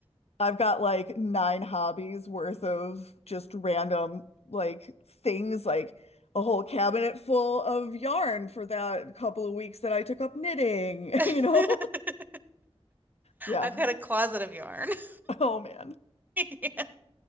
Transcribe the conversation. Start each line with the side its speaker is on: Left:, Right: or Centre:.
Left: I've got like nine hobbies worth of just random like things, like a whole cabinet full of yarn for that couple of weeks that I took up knitting,
Right: <laughs>
Left: <laughs> you know? Yeah.
Right: I've got a closet of yarn. <laughs>
Left: Oh man.
Right: Yeah.